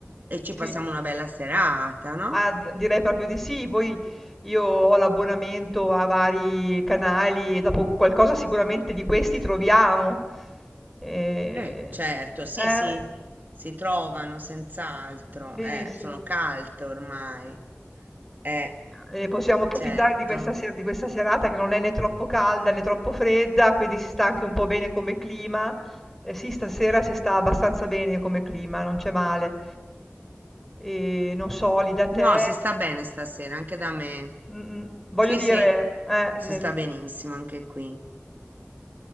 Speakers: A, on the right; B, in the centre.
A: e ci passiamo
B: sì.
A: una bella serata, no?
B: Ah, d direi proprio di sì. Poi io ho l'abbonamento a vari canali e dopo qualcosa sicuramente di questi troviamo. Ehm,
A: Eh, certo, sì,
B: eh,
A: sì, si trovano senz'altro,
B: benissimo.
A: eh, sono calte ormai, eh,
B: E e possiamo approfittare
A: certo.
B: di questa ser di questa serata che non è né troppo calda né troppo fredda, quindi si sta anche un po' bene come clima. Eh sì, stasera si sta abbastanza bene come clima, non c'è male. Ehm, non so lì da te
A: No, si sta bene stasera, anche da me.
B: mh-mh, voglio
A: Sì,
B: dire,
A: sì,
B: eh,
A: si
B: nel
A: sta benissimo anche qui.